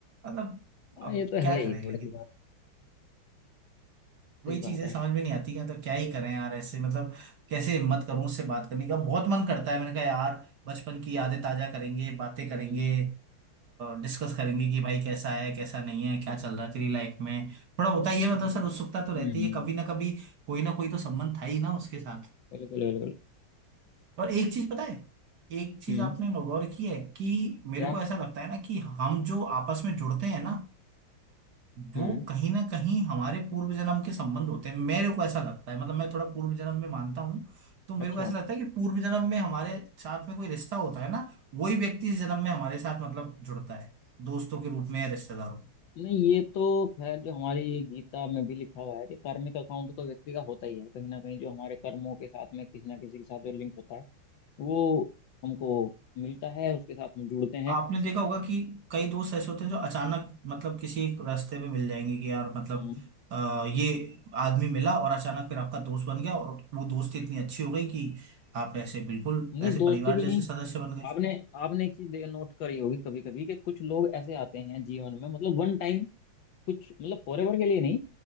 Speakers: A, on the right; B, on the left.
A: मतलब
B: हाँ
A: अब
B: ये तो
A: क्या
B: है ही
A: करें
B: थोड़ी
A: लेकिन
B: सी बात
A: वही
B: सही बात
A: चीजें
B: है
A: समझ में नहीं आती हैं तो क्या ही करें यार ऐसे मतलब कैसे हिम्मत करूं उससे बात करने का बहुत मन करता है मैंने कहा यार बचपन की यादें ताजा करेंगे बातें करेंगे
B: हम्म
A: डिस्कस करेंगे कि भाई कैसा है कैसा नहीं है क्या चल रहा है तेरी लाइफ में थोड़ा होता ही है मतलब
B: हम्म
A: सर उत्सुकता तो रहती
B: हम्म,
A: है कभी ना कभी कोई ना कोई तो संबंध था ही ना उसके साथ
B: बिल्कुल बिल्कुल
A: और एक चीज पता है एक चीज
B: हम्म
A: आपने नौगौर की है कि मेरे
B: क्या
A: को ऐसा लगता है ना कि हम जो आपस में जुड़ते हैं ना
B: हम्म
A: वो कहीं ना कहीं हमारे पूर्व जन्म के संबंध होते हैं मेरे को ऐसा लगता है मतलब मैं थोड़ा पूर्व जन्म में मानता हूँ तो मेरे
B: अच्छा
A: को ऐसा लगता है कि पूर्व जन्म में हमारे साथ में कोई रिश्ता होता है ना वही व्यक्ति इस जन्म में हमारे साथ मतलब जुड़ता है दोस्तों के रूप में या रिश्तेदारों में।
B: नहीं ये तो खैर जो हमारी गीता में भी लिखा हुआ है कि कार्मिक अकाउंट तो व्यक्ति का होता ही है कहीं ना कहीं जो हमारे कर्मों के साथ में किसी ना किसी के साथ जो लिंक होता है वो हमको मिलता है उसके साथ में जुड़ते हैं
A: आपने देखा होगा कि कई दोस्त ऐसे होते हैं जो अचानक मतलब किसी एक रास्ते में मिल जाएंगे कि यार मतलब
B: हम्म,
A: आ, ये आदमी मिला और अचानक फिर आपका दोस्त बन गया और वो दोस्ती इतनी अच्छी हो गई कि आप ऐसे बिल्कुल
B: नहीं
A: ऐसे
B: दोस्ती
A: परिवार
B: भी
A: जैसे
B: नहीं
A: सदस्य बन गए
B: आपने आपने एक चीज नोट करी होगी कभी कभी कि कुछ लोग ऐसे आते हैं जीवन में मतलब वन टाइम कुछ मतलब फॉर एवर के लिए नहीं